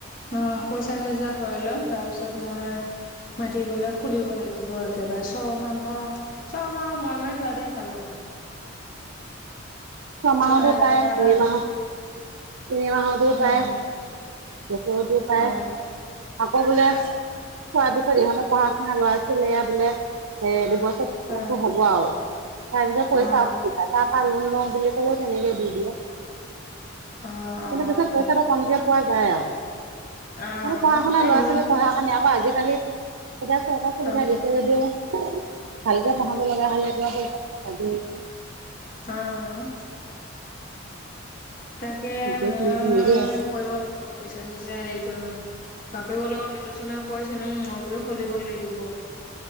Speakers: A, on the left; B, on the right.
A: অ পইচা চইচা হৈ লওঁক তাৰপিছত মই সিহঁতি বোলে খুলিব লাগিব একেবাৰে ছমাহৰ ছমাহৰ মুৰে মুৰে থোৱাটোৱে ভাল হ'ব।
B: ছমাহতো
A: ছয় হেজাৰ
B: পায়
A: টকা
B: তিনি
A: এটা
B: মাহত তিনি মাহতো পাৰে।
A: অ
B: বছৰতো পায়ে
A: অ
B: আকৌ বোলে থোৱাৰ পিছত ইহঁতে পঢ়া শুনা ল'ৰা ছোৱালীয়ে বোলে এ দুবছৰ মই
A: অ
B: কৈছো হ'ব আউ তাৰপিছত পইচা
A: অ
B: অসুবিধা তাৰাপা লোন লওঁ বুলি ক'লেও তেনেকে দি দিয়ে
A: অ অ
B: কিন্তু পিছত পইচাটো কমকে পোৱা যায় আউ
A: অ
B: মানে পঢ়া শুনা
A: এই
B: ল'ৰা
A: লোন
B: ছোৱালীৰ পঢ়াৰ কাণে আকৌ আজিকালি এতিয়া চৰকাৰে সুবিধা
A: অ
B: দিছে যদিও ভালকে পঢ়াব লগা হলে এতি পইচা পাতি লাগেই
A: আহ তাকে
B: গোটেইখিনিতো
A: মই
B: নিদিয়ে
A: কৰিব লাগে ব পইচা চইচা হেৰি কৰি বাপেকৰ লগত আলোচনা কৰিছিলোং মই বোলো খুলিব লাগিব